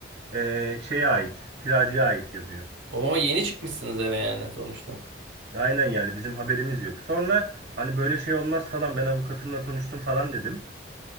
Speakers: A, on the right; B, on the right.
A: e, şeye ait, kiracıya ait yazıyor.
B: Romama yeni çıkmışsınız eve yani sonuçta.
A: Aynen yani bizim haberimiz yok. Sonra hani böyle şey olmaz falan ben avukatımla konuştum falan dedim.